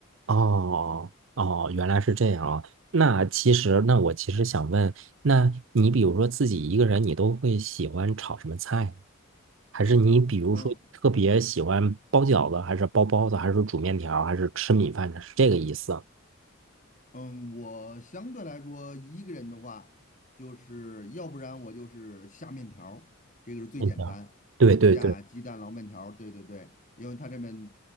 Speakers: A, on the right; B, on the left.
A: 哦哦，原来是这样啊。那其实，那我其实想问，那你比如说自己一个人，你都会喜欢炒什么菜？还是你比如说特别喜欢包饺子，
B: 嗯，
A: 还是包包子，还是煮面条还是吃米饭呢？是这个意思啊？
B: 嗯，我相对来说一个人的话，就是要不然我就是下面条儿这个是最简单，
A: 面条。对对对
B: 下鸡蛋捞面条儿对对对，因为他这边